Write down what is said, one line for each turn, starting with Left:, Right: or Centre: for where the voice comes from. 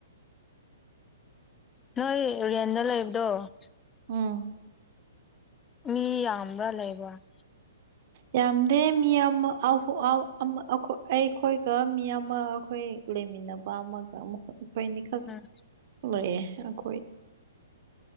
Left: ꯅꯣꯏ ꯔꯦꯟꯇ ꯂꯩꯕꯗꯣ
Right: ꯎꯝ
Left: ꯃꯤ ꯌꯥꯝꯅ ꯂꯩꯕꯔꯥ
Right: ꯌꯥꯝꯗꯦ ꯃꯤ ꯑꯃ ꯑꯩꯈꯣꯏꯒ ꯃꯤ ꯑꯃ ꯑꯩꯈꯣꯏ ꯂꯩꯃꯤꯟꯅꯕ ꯑꯃꯒ ꯑꯩꯈꯣꯏ ꯑꯅꯤꯈꯛ
Left: ꯎꯝ
Right: ꯂꯩꯌꯦ ꯑꯩꯈꯣꯏ